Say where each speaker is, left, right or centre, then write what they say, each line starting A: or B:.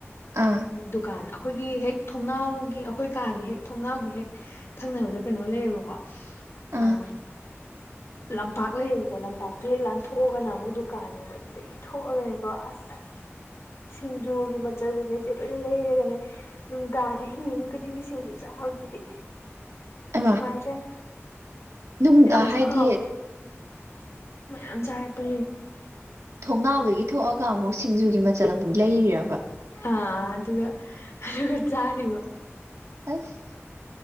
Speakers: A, on the right; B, on the left.
A: ꯑꯥ
B: ꯗꯨꯀꯥꯟ ꯑꯩꯈꯣꯏꯒꯤ ꯍꯦꯛ ꯊꯣꯡꯅꯥꯎꯒꯤ ꯑꯩꯈꯣꯏ ꯀꯥꯒꯤ ꯍꯦꯛ ꯊꯣꯡꯅꯥꯎꯒꯤ ꯍꯦꯛ ꯊꯪꯅꯕꯗ ꯀꯩꯅꯣ ꯂꯩꯌꯦꯕꯀꯣ
A: ꯑꯥ
B: ꯑ ꯂꯝꯄꯥꯛ ꯂꯩꯌꯦꯕꯀꯣ ꯂꯝꯄꯥꯛꯇꯣ ꯍꯦꯛ ꯂꯥꯟꯊꯣꯛꯑꯒꯅ ꯑꯃꯨꯛ ꯗꯨꯀꯥꯟꯅꯦꯕ ꯑꯗꯨꯗꯒꯤ ꯊꯣꯛꯑꯒꯅꯤꯀꯣ ꯑꯁ ꯁꯤꯡꯖꯨꯒꯤ ꯃꯆꯠ ꯀꯩꯀꯩꯁꯦ ꯂꯣꯏ ꯂꯩꯔꯒꯅꯦ ꯅꯨꯡꯗꯥꯡ ꯑꯍꯤꯡ ꯑꯍꯤꯡ ꯈꯨꯗꯤꯡꯒꯤꯁꯤꯡꯁꯨ ꯆꯁꯤꯗꯤ
A: ꯑꯃ
B: ꯃꯥꯏꯆ
A: ꯅꯨꯡ
B: ꯌꯥꯝꯁꯨ
A: ꯍꯥꯏꯗꯤ
B: ꯍꯥꯎ ꯃ ꯌꯥꯔ ꯄ
A: ꯊꯣꯡꯅꯥꯎꯗꯒꯤ ꯊꯣꯛꯑꯒ ꯑꯃꯨꯛ ꯁꯤꯡꯖꯨꯒꯤ ꯃꯆꯜ ꯑꯃꯨꯛ ꯂꯩꯔꯕ
B: ꯑꯥ ꯑꯗꯨꯒ ꯑꯗꯨꯒ ꯆꯥꯔꯤꯕ
A: ꯑꯁ